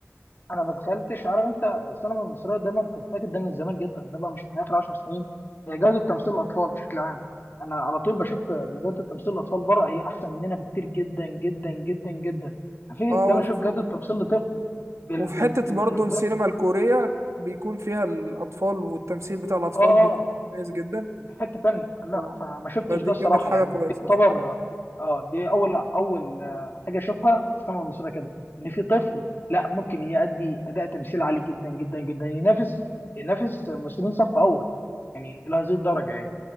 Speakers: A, on the left (about 45°); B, on the right (about 75°).
A: انا ما دخلتش عارف انت السينما المصرية دايما بتفتكر ده من زمان جدا ده بقى مش من اخر 10 سنين هي جودة تمثيل الاطفال بشكل عام انا على طول بشوف ان جودة تمثيل الاطفال بره هي احسن مننا بكتير جدا جدا جدا جدا فكرة
B: اه
A: ان انا
B: وف-
A: اشوف جودة تمثيل لطفل بال
B: وفي
A: بال
B: حته
A: بالجمدان
B: برضه السينما الكوريه بيكون فيها الاطفال والتمثيل بتاع الاطفال
A: اه اه
B: بيكون كويس جدا
A: دي حته تانية لا
B: اه
A: فما شفتش
B: فدي
A: ده الصراحه
B: كانت حاجه
A: يعني
B: كويسه
A: دي
B: بصراحه
A: يعتبر اه دي اول اول آه، حاجه اشوفها في السينما المصريه كده ان في طفل لا ممكن يأدي اداء تمثيل عالي جدا جدا جدا ينافس ينافس ممثلين صف اول يعني الى هذه الدرجه يعني